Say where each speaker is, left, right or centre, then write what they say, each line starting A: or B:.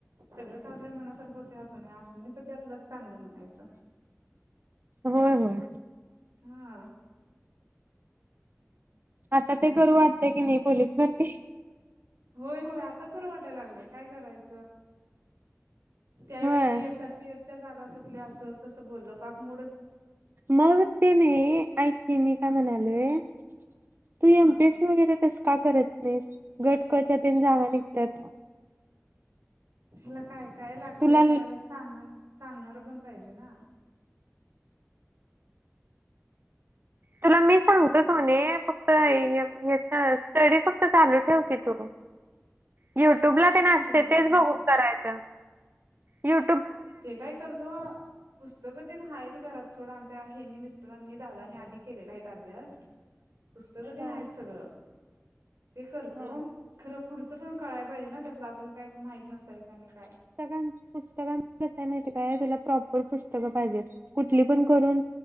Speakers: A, on the right (about 80°); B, on the right (about 45°).
A: सगळं- आपल्या मनासारखं होत असं नाही अस नाहीच त्यात लग चांगलं म्हणायचं.
B: होय होय.
A: हा.
B: आता ते करावस वाटत की नाही? पोलीस भरती
A: होय -होय आता करावसं वाटायला लागले काय करायचं? त्यावेळी
B: होय
A: ती एस आरपीएफच्या जागा सुटल्या अ बोललो पाक <inaudible>
B: मग ते नाही ऐक मी
A: हा
B: काय म्हणते तू एमपीएससी
A: हा
B: वगैरे तस का करत नाहीस गट क च्या ही जागा निघतात
A: याला काय-काय लागतय
B: तुला
A: करायला सांगणार सांगणार पण नाही पाहिजे ना
B: तुला मी सांगतो सोने फक्त या स्टडी फक्त चालू ठेव युट्यूब ला ते
A: सांग
B: असते
A: की मग
B: तेच
A: सांग
B: बघून
A: की
B: करायच य
A: ते काय करतो पुस्तक ते आहेत घरात सोड, आमच्या यांनी मिस्टरांनी मिस्टरांनी दादानी आधी केलेला आहे अभ्यास पुस्तक ते
B: हा
A: नाही आहेत सगळं ते करते
B: हा
A: खरं पुढचं पण कळायला पाहिजे ना, त्यातलं आपल्याला काय माहीत नसायचं आणि काय
B: पुस्तका न च कसा आहे माहित आहे का? प्रॉपर पुस्तकं पाहिजेत कुठली पण करून